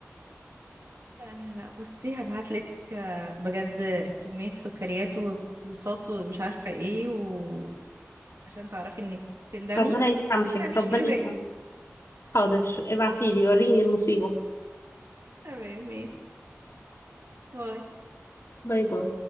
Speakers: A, on the right; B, on the left.
A: لا لا لا بصي هبعتلك آه، بجد كمية سكريات وفي الصوص ومش عارفة ايه وعشان تعرفي انك تندمي
B: ربنا يسامحك
A: تعمليش
B: ربنا
A: كده تاني
B: يسامحك حاضر ابعتيلي وريني المصيبة
A: تمام ماشي باي
B: باي باي